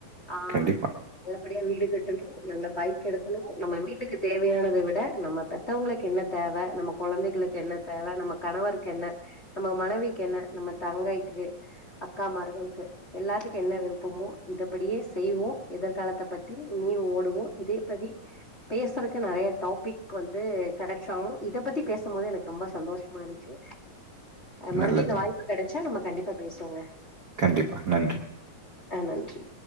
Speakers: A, on the left; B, on the right.
A: ஆஹ்
B: கண்டிப்பா.
A: நல்லபடியா வீடு கட்டணு நல்ல பைக் எடுக்கணு நம்ம வீட்டுக்கு தேவையானத விட நம்ம பத் மத்தவங்களுக்கு என்ன தேவ நம்ம கொழந்தைகளுக்கு என்ன தேவ நம்ம கணவருக்கு என்ன நம்ம மனைவிக்கு என்ன நம்ம தங்கைக்கு அக்கா மார்களுக்கு எல்லாத்துக்கு என்ன விருப்பமோ இத படியே செய்வோ எதிர்காலத்த பத்தி இனியு ஓடுவோ இதே பதி பேசுறக்கு நெறய டாபிக் வந்து கெடச்சாலு இத பத்தி பேசும்போது எனக்கு ரொம்ப சந்தோஷ்மா இருந்ச்சு அ மறுபடியு
B: நல்லதுங்க.
A: இந்த வாய்ப்பு கெடச்சா நம்ம கண்டிப்பா பேசுவோங்க
B: கண்டிப்பா நன்றி
A: அ நன்றி